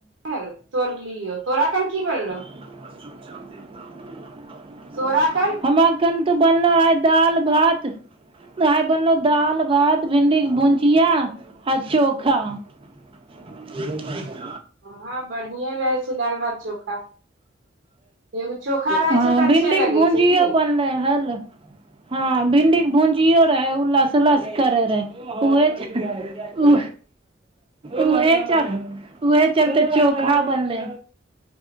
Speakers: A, on the right; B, on the right.
A: वल तोरलियौ तोरा खन की बनलौ?
B: <unintelligible>
A: तोरा कन?
B: हमरा कन त बनलौ आइ दालि भात आय बनलौ दाल भात भिंडीक भुंजिया आ चोखा। <inaudible>
A: हं बढ़िए रहै छैय दालि भात चोखा। एगो चोखा रहै
B: हँ
A: छै तऽ
B: भिंडी
A: अच्छे लगै
B: के भूंजियों
A: छै की
B: बनलै हल हँ भिंडी के भूंजियो रहे उ लसलस करै रहै उहे उ उहे च उहे चलते चोखा बनलै।